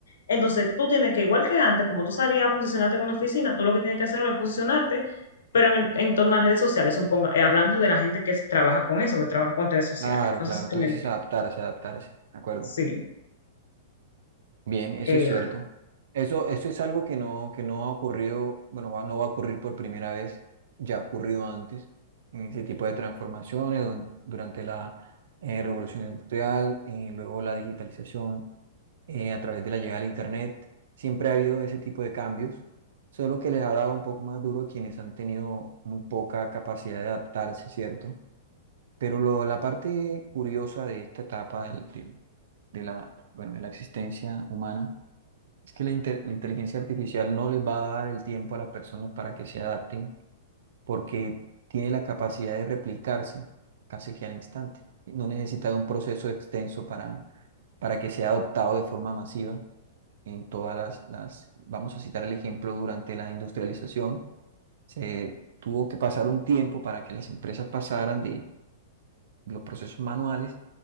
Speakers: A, on the left; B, on the right.
A: Entonces, tú tienes que, igual que antes, como tú salías a posicionarte en una oficina, tú lo que tienes que hacer es posicionarte, pero en el en torno a las redes sociales, suponga, eh, hablando de la gente que s- trabaja con eso, que trabaja con redes sociales.
B: Claro,
A: No
B: claro,
A: sé si tú
B: tú
A: me
B: dices
A: entiendes.
B: adaptarse, adaptarse, ¿de acuerdo?
A: Sí,
B: Bien, eso
A: eh,
B: es cierto. Eso, eso es algo que no, que no ha ocurrido, bueno, va- no va a ocurrir por primera vez, ya ha ocurrido antes, en ese tipo de transformaciones don- durante la eh, revolución industrial, eh, luego la digitalización eh, a través de la llegada del Internet, siempre ha habido ese tipo de cambios, solo que les ha dado un poco más duro a quienes han tenido muy poca capacidad de adaptarse, ¿cierto? Pero lo, la parte curiosa de esta etapa del- del- de la, bueno, de la existencia humana, es que la, inte- la inteligencia artificial no les va a dar el tiempo a las personas para que se adapten porque tiene la capacidad de replicarse casi que al instante. No necesita de un proceso extenso para, para que sea adoptado de forma masiva en todas las, las... Vamos a citar el ejemplo durante la industrialización. Se tuvo que pasar un tiempo para que las empresas pasaran los procesos manuales